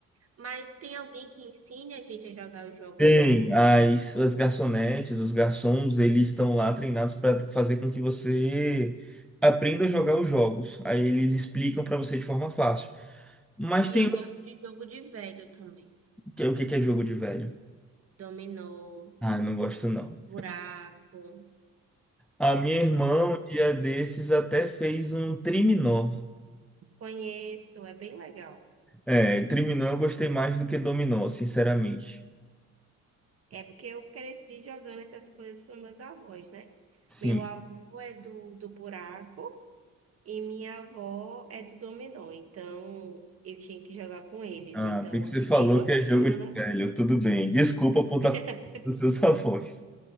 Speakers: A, on the right (about 50°); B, in the centre.
A: Mas tem alguém que ensine a gente a jogar os jogos
B: Tem
A: lá?
B: as, as garçonetes, os garçons, eles estão lá treinados para fazer com que você aprenda a jogar os jogos. Aí eles explicam para você de forma fácil. Mas
A: E
B: tem
A: eu
B: um
A: gosto de jogo de velho também.
B: que é o que que é jogo de velho.
A: Dominó,
B: Ah, não gosto não.
A: buraco.
B: A minha irmã, um dia desses, até fez um triminó.
A: Conheço, é bem legal.
B: É, triminó eu gostei mais do que dominó, sinceramente.
A: É porque eu cresci jogando essas coisas com meus avós, né?
B: Sim,
A: Meu avô é do, do buraco e minha avó é do dominó. Então, eu tinha que jogar com eles.
B: Ah,
A: Então,
B: a você
A: eu acabei
B: falou
A: gostando,
B: que é jogo de
A: né?
B: velho, tudo bem. Desculpa por estar
A: <laughs>
B: falando dos seus avós.